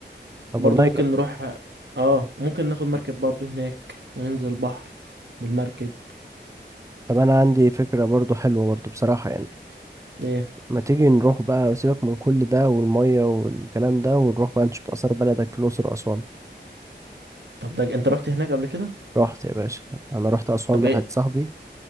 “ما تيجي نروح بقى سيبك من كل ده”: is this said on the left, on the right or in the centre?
Right